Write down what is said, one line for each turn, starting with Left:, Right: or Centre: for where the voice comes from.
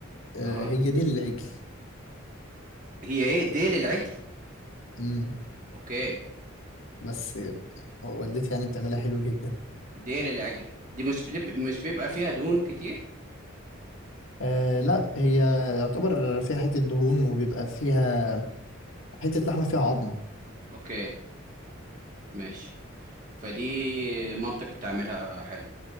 Left: آه
Right: اها
Left: هي دي العجل
Right: هي ايه ديل العجل
Left: امم
Right: اوكي
Left: بس والدتي يعني بتعملها حلو جدا
Right: ديل العجل دي مش بتب... مش بيبقى فيها دهون كتير
Left: آه لا هي يعتبر فيها حتة دهون وبيبقى فيها حتة لحمة فيها عظمة
Right: اوكي ماشي فدي مامتك بتعملها حلو